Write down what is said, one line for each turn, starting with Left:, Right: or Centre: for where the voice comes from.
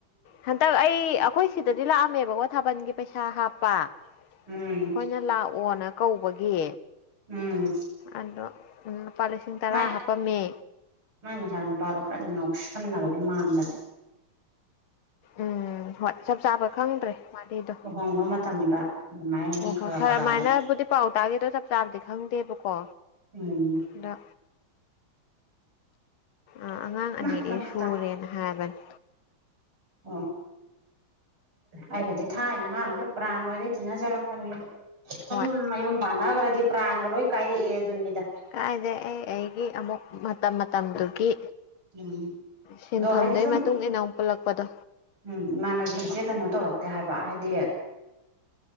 Left: ꯍꯟꯗꯛ ꯑꯩ ꯑꯩꯈꯣꯏ ꯁꯤꯗꯗꯤ ꯂꯥꯛꯑꯝꯃꯦꯕꯀꯣ ꯊꯥꯕꯜꯒꯤ ꯄꯩꯁꯥ ꯍꯥꯞꯄ ꯑꯩꯣꯏꯅ
Right: ꯎꯝ
Left: ꯂꯥꯛꯑꯣꯅ ꯀꯧꯕꯒꯤ
Right: ꯎꯝ
Left: ꯑꯗꯣ ꯎꯝ ꯂꯨꯄꯥ ꯂꯤꯁꯤꯡ ꯇꯔꯥ
Right: ꯃꯥꯏ
Left: ꯍꯥꯞꯄꯝꯃꯦ
Right: ꯃꯥꯏ ꯃ ꯆꯥꯟꯅ ꯄꯔꯣ ꯅꯤꯡ ꯉꯥꯎ ꯁꯟꯅꯕꯗꯤ ꯃꯥꯟꯕꯅꯦ
Left: ꯎꯝ ꯍꯣꯏ ꯆꯞ ꯆꯥꯕ ꯈꯪꯗ꯭ꯔꯦ ꯃꯥꯅꯤꯗꯣ
Right: ꯂꯨꯍꯣꯡꯕ ꯃꯇꯝꯗ ꯑꯗꯨꯃꯥꯏꯅ
Left: ꯍꯣꯏ
Right: ꯈꯔ
Left: ꯍꯣꯏ ꯈꯔꯃꯥꯏꯅꯕꯨꯗꯤ
Right: ꯈꯔ ꯑꯗꯨꯝ
Left: ꯄꯥꯎ ꯇꯥꯒꯦꯗꯣ ꯆꯞ ꯆꯥꯕꯗꯤ ꯈꯪꯗꯦꯕꯀꯣ
Right: ꯎꯝ
Left: ꯑꯗ ꯑ ꯑꯉꯥꯡ
Right: ꯃꯥ
Left: ꯑꯅꯤꯗꯤ
Right: ꯃꯃꯥ
Left: ꯁꯨꯔꯦꯅ ꯍꯥꯏꯕꯅꯦ
Right: ꯑ ꯑꯩꯒꯗꯤ ꯊꯥꯏꯅ ꯑꯉꯥꯡꯅ ꯄ꯭ꯔꯥꯟ ꯑꯣꯏꯗꯩ ꯇꯤꯟꯅꯖꯔꯛꯄꯅꯦ
Left: ꯍꯣꯏ
Right: ꯎꯝ ꯃꯌꯨꯝ ꯥꯟꯅꯈ꯭ꯔꯗꯤ ꯄ꯭ꯔꯥꯟꯒ ꯂꯣꯏ ꯀꯥꯏꯔꯑꯗꯨꯅꯤꯗ
Left: ꯀꯥꯏꯅꯦꯦ ꯑꯦ ꯑꯩꯒꯤ ꯑꯃꯨꯛ ꯃꯇꯝ ꯃꯇꯝꯗꯨꯒꯤ
Right: ꯎꯝ
Left: ꯁꯤꯟꯐꯝꯗꯨꯒꯤ
Right: ꯑꯗꯣ ꯍꯥꯏꯗꯤ ꯁꯨꯝ
Left: ꯃꯇꯨꯡ ꯏꯟꯅ ꯑꯃꯨꯛ ꯄꯨꯜꯂꯛꯄꯗꯣ
Right: ꯎꯝ ꯏꯃꯥꯟꯅꯕꯤꯁꯦ ꯀꯩꯅꯣ ꯇꯧꯔꯛꯇꯦ ꯍꯥꯏꯕ ꯍꯥꯏꯗꯤ